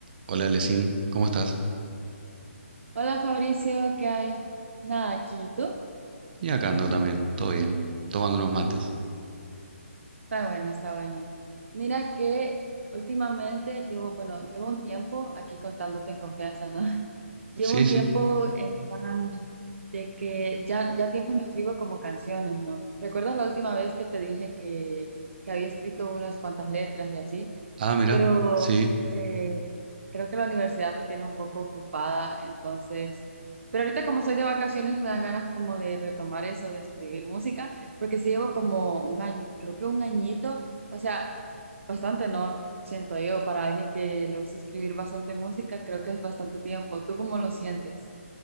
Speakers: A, on the right; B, on the right.
A: Hola, Lesin, ¿cómo estás?
B: Hola Fabricio, ¿qué hay? Nada, aquí, ¿y ¿tú?
A: Y acá ando también, todo bien, tomando unos mates.
B: Está bueno, está bueno. Mira que últimamente llevo, bueno, llevo un tiempo, aquí contándote en confianza, ¿no? <laughs> Llevo
A: Sí,
B: un
A: sí.
B: tiempo en plan de que ya, ya tiempo no escribo como canciones, ¿no? ¿Recuerdas la última vez que te dije que, que había escrito unas cuantas letras y así?
A: Ah, mira,
B: Pero
A: sí,
B: eh, Creo que la universidad me tiene un poco ocupada, entonces, pero ahorita como soy de vacaciones me dan ganas como de retomar eso, de escribir música, porque sí llevo como un año, creo que un añito, o sea, bastante, ¿no? Siento yo, para alguien que le gusta escribir bastante música, creo que es bastante tiempo. ¿Tú cómo lo sientes?